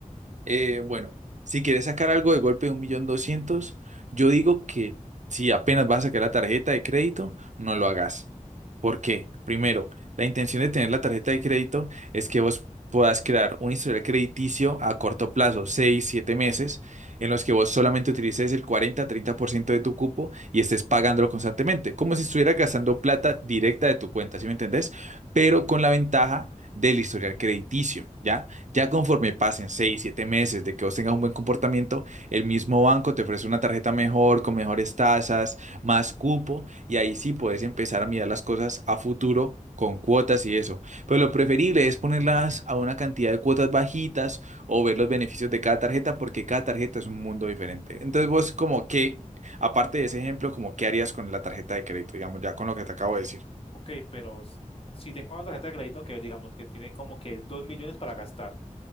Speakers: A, on the right; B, on the left.
A: Eh, bueno, si quieres sacar algo de golpe de un millón doscientos, yo digo que si apenas vas a sacar la tarjeta de crédito, no lo hagas. ¿Por qué? Primero, la intención de tener la tarjeta de crédito es que vos puedas crear un historial crediticio a corto plazo, 6, 7 meses, en los que vos solamente utilices el cuarenta, treinta por ciento de tu cupo y estés pagándolo constantemente, como si estuvieras gastando plata directa de tu cuenta, ¿sí me entendés? Pero con la ventaja del historial crediticio, ¿ya? Ya conforme pasen 6 7 meses de que vos tengas un buen comportamiento, el mismo banco te ofrece una tarjeta mejor, con mejores tasas, más cupo, y ahí sí puedes empezar a mirar las cosas a futuro con cuotas y eso. Pero lo preferible es ponerlas a una cantidad de cuotas bajitas o ver los beneficios de cada tarjeta, porque cada tarjeta es un mundo diferente. Entonces vos como que, aparte de ese ejemplo, como qué harías con la tarjeta de crédito, digamos, ya con lo que te acabo de decir.
B: Ok, pero s- si tengo una tarjeta de crédito que digamos que tiene como que dos millones para gastar,